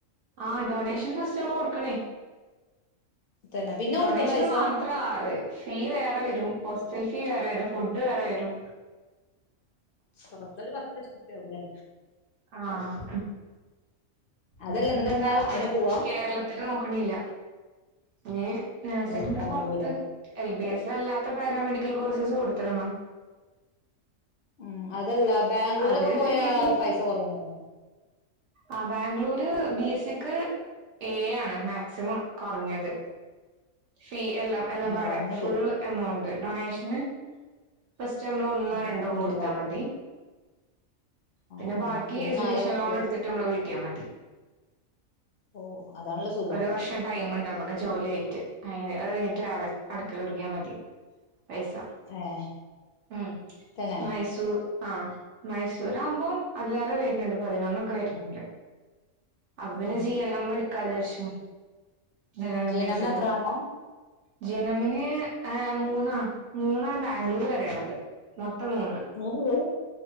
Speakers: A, on the right; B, on the left.
A: ആ ഡൊണേഷൻ ഫെസ്റ്റ് ഒക്കെ കൊടുക്കണേ.
B: തന്നെ പിന്നെ
A: ഡൊണേഷന്
B: കൊടുക്കണ്ട പൈസ
A: മാത്ര ആറ്. ഫീ വേറെ വെരും ഹോസ്റ്റൽ ഫീ വേറെ വെരും ഫുഡ് വേറെ വെരും.
B: ടോട്ടൽ ഒരു പത്ത് ലക്ഷം രുപയാ വൂല്ലേ
A: ആഹ്
B: അതല്ല
A: എന്തായാലും
B: എന്നിട്ടെന്താ
A: ഇവിടെ
B: അയിന് പോവാ
A: കേർളത്തില് നോക്കണില്ല. പിന്നെ നേഴ്സിങ്ങ്
B: എവിടെ ബാംഗ്ലൂരോ
A: പൊർത്ത്. എൽ ബി എസ് അല്ലാത്ത പാരാമെഡിക്കൽ കോഴ്സസ് കൊടുത്ത്ക്ക്ണ്.
B: ഉം അതല്ല ബാംഗ്ലൂരൊക്കെ
A: അത്
B: പോയ
A: കിട്ടിയിട്ടില്ല
B: പൈസ കുറവുണ്ടാവോ
A: ആഹ് ബാംഗ്ലൂര് ബി എസ് സിക്ക് ഏഴാണ് മാക്സിമം കൊറഞ്ഞത്. ഫീ എല്ലാം എല്ലാം
B: ഏഹ്
A: പാടെ
B: കൊറഞ്ഞത്
A: ഫുള്ള് എമൗണ്ട് ഡൊണേഷന് ഫസ്റ്റ് നമ്മള് ഒന്നോ
B: ആഹ്
A: രണ്ടോക്കെ
B: ഇൻക്ലൂഡ്
A: കൊടുത്താ
B: ആയി
A: മതി.
B: ആഹ്
A: പിന്നെ
B: ആഹ്
A: ബാക്കി
B: പിന്നെ
A: എജ്യൂക്കേഷൻ
B: നാല് ലക്ഷ
A: ലോൺ എടുത്തിട്ട് നമ്മൾ വീട്ടിയാൽ മതി.
B: ഓഹ് അതാണല്ലോ സുഖം
A: ഒരു വർഷം ടൈമുണ്ട് നമ്മള് ജോലി ആയിട്ട് അ അത് കഴിഞ്ഞിട്ട് അടക്കലൊടുങ്ങിയാൽ മതി പൈസ
B: ഏഹ്
A: ഉം
B: തന്നെ
A: മൈസൂ ആഹ് മൈസൂർ ആകുമ്പോം അതിലാറെ വരുന്നുണ്ട് പതിനൊന്നൊക്കെ വരുന്നുണ്ട്. അപ്പം
B: ഉം
A: പിന്നെ ജി എൻ എം എടുക്കാ വിചാരിച്ചു ജനറൽ
B: ജനമിന്
A: നേഴ്സിങ്ങ്
B: എത്ര വേണം
A: ജി എൻ എമ്മിന് ആ മൂന്നാ മൂന്നാണ് ബാംഗ്ലൂർ പറയണത്. മൊത്തം മൂന്ന്
B: മൂന്നുള്ളൂ